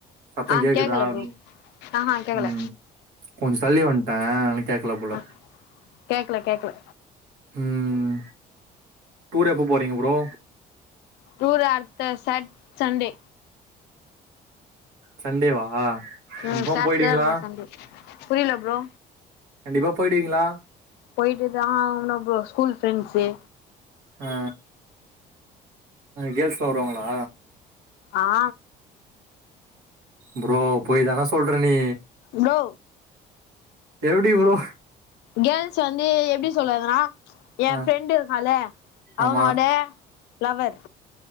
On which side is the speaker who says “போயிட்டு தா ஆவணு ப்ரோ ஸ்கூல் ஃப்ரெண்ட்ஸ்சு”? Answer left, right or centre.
Left